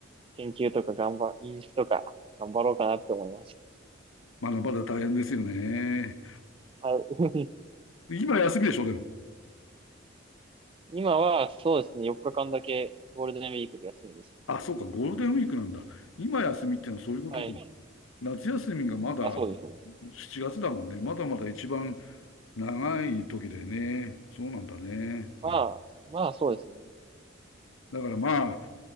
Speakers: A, on the right; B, on the left.
A: 研究とか頑張、飲酒とか頑張ろうかなって思います。
B: まだまだ大変ですよね。
A: はい。<laughs>
B: 今休みでしょ、でも。
A: 今は、そうですね。4日間だけゴールデンウィークで休みですよ。
B: あ、そうか、ゴールデンウィークなんだ。今休みってのはそういうことか。
A: はい。
B: 夏休みがまだ
A: あ、そうですね。
B: 7月だもんね。まだまだ一番長い時だよね。そうなんだね。あ
A: まあ、まあ、そうですね。
B: だからまあ、